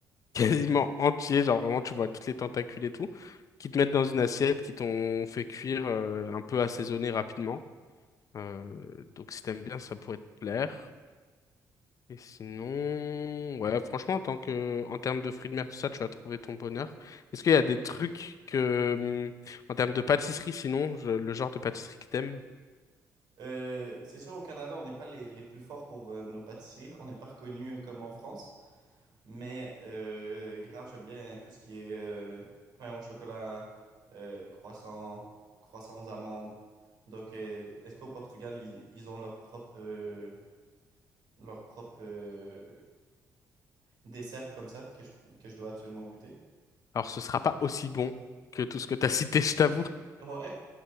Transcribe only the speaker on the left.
quasiment entier, genre vraiment tu vois toutes les tentacules et tout, qui te mettent dans une assiette, qui t'ont fait cuire euh, un peu assaisonné rapidement. Euh, donc si t'aimes bien, ça pourrait te plaire. Et sinon, ouais, franchement, en tant que, en termes de fruits de mer, tout ça, tu vas trouver ton bonheur. Est-ce qu'il y a des trucs que, hum, en termes de pâtisserie, sinon, je- le genre de pâtisserie que t'aimes,
alors ce sera pas aussi bon que tout ce que t'as cité, <laughs> je t'avoue.